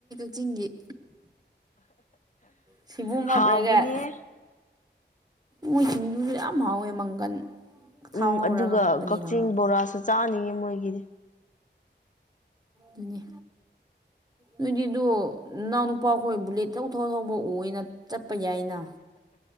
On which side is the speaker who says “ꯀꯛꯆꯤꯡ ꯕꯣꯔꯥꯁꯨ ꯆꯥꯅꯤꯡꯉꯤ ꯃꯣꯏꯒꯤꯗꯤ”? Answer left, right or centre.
Left